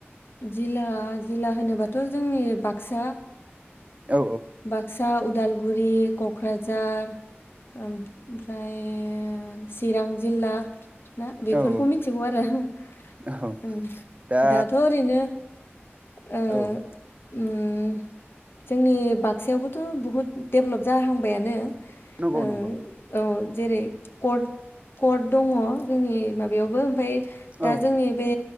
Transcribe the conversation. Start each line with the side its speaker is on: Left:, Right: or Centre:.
Left: जिल्ला जिल्ला होनोबाथ' जोंनि बाक्सा।
Right: औ
Left: बाक्सा उदालग उदालगुरि क'क्राझार ओमफ्रायो चिरां। जिल्ला ना बेफोरखौ
Right: औ
Left: मिथिगौ आरो होम।
Right: औ
Left: ओम
Right: दा
Left: दाथ' ओरैनो। ओ ओम
Right: औ
Left: जोंनि बाग बाक्सायावबोथ' बुहुद डेभलप जाहांबायानो ओ
Right: नंगौ नंगौ
Left: अह। जेरै कट कर्ट दङ जोंनि माबायावबो ओमफाय जो दा
Right: औ
Left: जोंनि बे